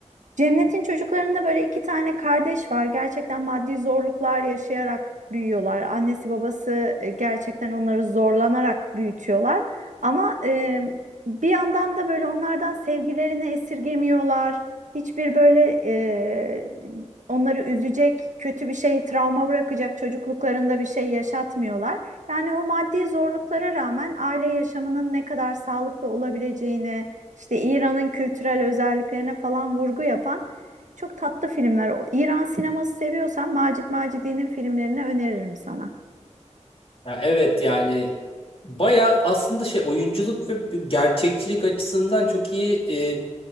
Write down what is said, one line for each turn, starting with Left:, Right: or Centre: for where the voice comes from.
Right: Cennet'in çocuklarında böyle iki tane kardeş var. Gerçekten maddi zorluklar yaşayarak büyüyorlar. Annesi babası e, gerçekten onları zorlanarak büyütüyorlar. Ama e, bir yandan da böyle onlardan sevgilerini esirgemiyorlar. Hiçbir böyle e, onları üzecek, kötü bir şey, travma bırakacak çocukluklarında bir şey yaşatmıyorlar. Yani o maddi zorluklara rağmen aile yaşamının ne kadar sağlıklı olabileceğini işte İran'ın kültürel özelliklerine falan vurgu yapan çok tatlı filmler. O- İran sineması seviyorsan Macit Macidi'nin filmlerini öneririm sana.
Left: Ya evet yani baya aslında şey oyunculuk ve bir gerçekçilik açısından çok iyi e,